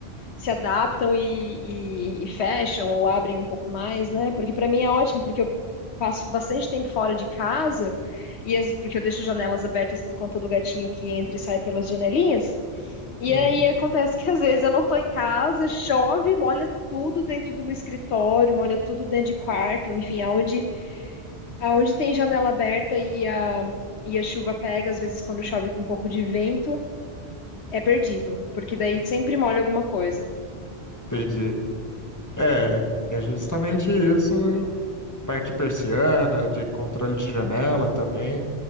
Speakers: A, on the left; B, on the left.
A: se adaptam e, e- e fecham ou abrem um pouco mais, né? Porque para mim é ótimo, porque eu passo bastante tempo fora de casa e as- porque eu deixo janelas abertas por conta do gatinho que entra e sai pelas janelinhas. E
B: Uhum.
A: aí acontece que às vezes eu não tô em casa, chove, molha tudo dentro do meu escritório, molha tudo dentro de quarto, enfim, aonde aonde tem janela aberta e a e a chuva pega, às vezes quando chove com um pouco de vento, é perdido, porque daí sempre molha alguma coisa.
B: Entendi. É, é justamente isso, parte de persiana, de controle de janela também.